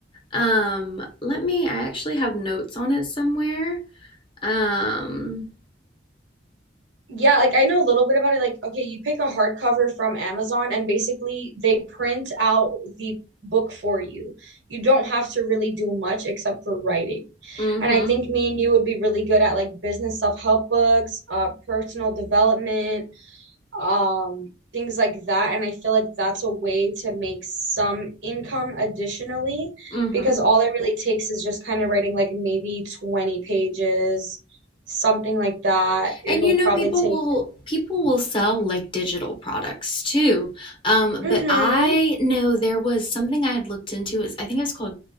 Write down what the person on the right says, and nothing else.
Yeah, like I know a little bit about it. Like, okay, you pick a hardcover from Amazon, and basically they print out the book for you. You don't have to really do much except for writing.
And
I think me and you would be really good at like business self-help books, uh, personal development, um, things like that. And I feel like that's a way to make some income additionally,
because
all it really takes is just kind of writing like maybe 20 pages, something like that. It'll
probably
take
Mm-hmm.